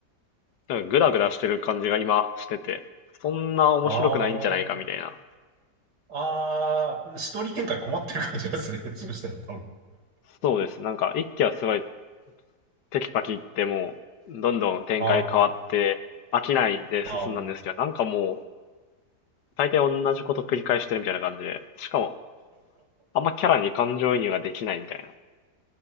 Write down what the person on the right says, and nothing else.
あー。ああ、ストーリー展開困ってる感じですね。<laughs> そしたら多分。
あ
あ、ああ。